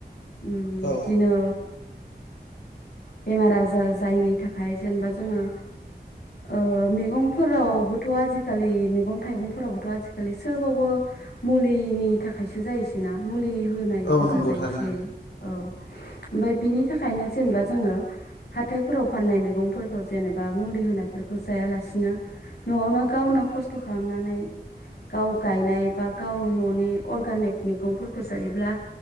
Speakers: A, on the left; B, on the left.
A: उम्म
B: औ
A: दिनो बेमार आजार जायिनि थाखाय जेनेबा जोंङो ओ मैगंफोरावबोथ आजिखालि मैगं थाइगंफोरावबोथ आजिखालि सोबावबो मुलिनि थाखायसो जायोसै ना मुलि होनाय
B: औ
A: गोजा
B: नंगौ
A: जायोसै
B: थारैनो
A: औ। ओमफ्राय बिनि थाखायनो जेनेबा जोंङो हाथायफोराव फाननाय मैगंफोरखौ जेनेबा मुलि होनायफोरखौ जायालासिनो न'आवनो गावनो खस्थ खालामनानै गाव गायनाय बा गाव न'नि अरगानिक मैगंफोरखौ जायोब्ला